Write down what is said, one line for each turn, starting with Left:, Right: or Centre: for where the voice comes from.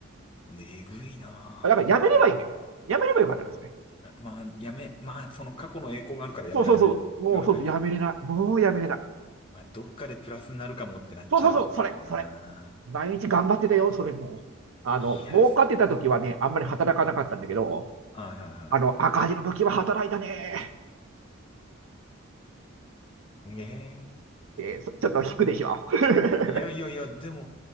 Left: ねぐいな
Right: あだからやめればいいのよ。やめればよかったんですね。
Left: あ。まあ、やめ、まあ、その過去の栄光があるからやめられないような感じ。
Right: そうそうそう。もうそうやめれない。もうやめれない。
Left: まあ、どっかでプラスになるかもってなっちゃうもんな。
Right: そうそうそう、それ、それ。毎日頑張ってたよ、それもう。あの、
Left: いや、
Right: 儲かってた時はね、あんまり働かなかったんだけど、
Left: はいはいは
Right: あの、赤字の時は働いたね。
Left: い。ええ
Right: えーちょっと引くでしょ。
Left: すごいな。
Right: <laughs>
Left: いやいやいや、でも、